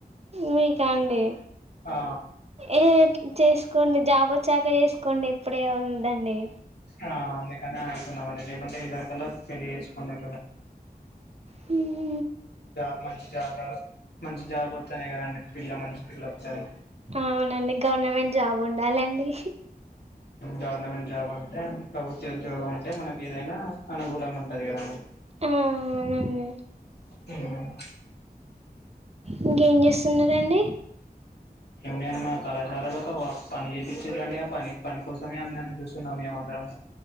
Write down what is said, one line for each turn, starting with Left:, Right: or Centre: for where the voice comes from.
Right: మీ కాడి
Left: ఆ
Right: ఏ చేసుకోండి జాబ చాక చేసుకోండి ఇప్పుడే ఉందండి
Left: ఆ అందుకనే అవుతున్నామండి లేకుంటే ఇదరకలా పెళ్లిి చేసుకునే
Right: హ
Left: జాబ్ మంచి జాబ్ రా మంచి జాబ్ వవుాయి కదండి పిల్ల మంచి పిల్ల వస్తది
Right: అవునండి గవర్నమెంట్ జాబ్ ఉండాలండి
Left: గవనమెట్ జబ అంటే ప్రభుత్వ ఉద్యోగం ఉంటే మనకి ఏదైనా అనుకూలంగా ఉంటది కదండి
Right: ఆ అవునండి
Left: ఆ
Right: ఇంకేం చేస్తున్నండి
Left: ఏమి అని మా కళాశాలలో ఒక పని చేయిించట్ండి ఆ పని పని కోసమే అందని చూస్తున్నాం మేమందరం